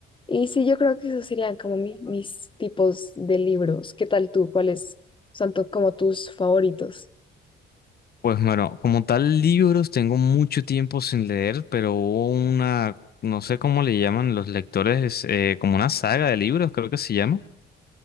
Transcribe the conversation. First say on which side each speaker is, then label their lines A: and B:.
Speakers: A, on the left (about 25°); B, on the left (about 50°).
A: Y sí, yo creo que esos serían como mi- mis tipos de libros. ¿Qué tal tú? ¿Cuáles son tu- como tus favoritos?
B: Pues bueno, como tal, libros tengo mucho tiempo sin leer, pero hubo una, no sé cómo le llaman los lectores, eh, como una saga de libros, creo que se llama.